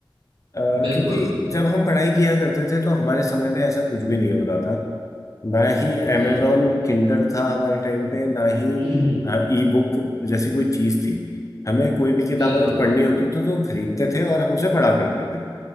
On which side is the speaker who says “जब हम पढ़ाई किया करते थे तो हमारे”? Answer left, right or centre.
Left